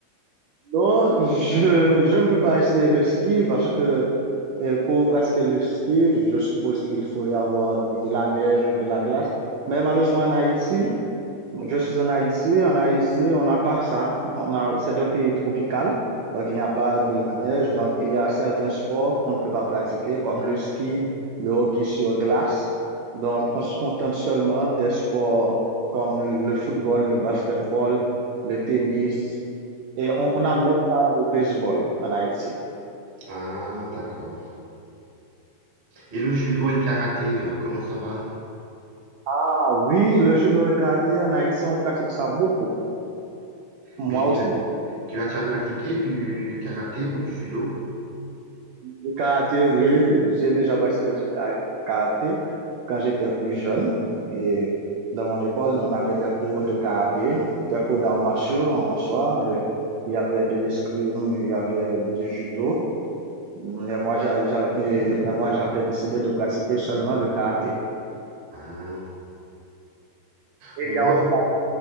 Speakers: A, on the right; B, on the right.
A: Non, je, je ne peux pas essayer le ski parce que euh, pour pratiquer le ski, je suppose qu'il faut y avoir de la neige ou de la glace. Mais malheureusement, en Haïti, je suis en Haïti. En Haïti, on n'a pas ça. On a, c'est un pays tropical, donc il n'y a pas de la neige. Donc, il y a certains sports qu'on ne peut pas pratiquer, comme le ski, le hockey sur glace. Donc, on se contente seulement des sports comme le football, le basketball, le tennis, et on n'a même pas le baseball en Haïti.
B: Ah, d'accord. Et le judo et le karaté, euh, comment ça va?
A: Ah oui, le judo et karaté, en Haïti, on pratique ça beaucoup. Moi
B: Mais tu
A: aussi,
B: as,
A: je
B: tu as
A: pratique
B: déjà pratiqué du, du karaté ou du judo?
A: le karaté, oui, j'ai déjà pratiqué du ka- karaté quand j'étais plus jeune. Et dans mon école, on avait des cours de karaté, des cours d'arts martiaux en, en soi. Et il y avait de l'escrime, il y avait du judo. Mais moi, j'a- j'a- et- mais moi, j'avais décidé de pratiquer seulement le karaté.
B: Ah.
A: Et
B: Bon,
A: il y
B: moi,
A: a aussi la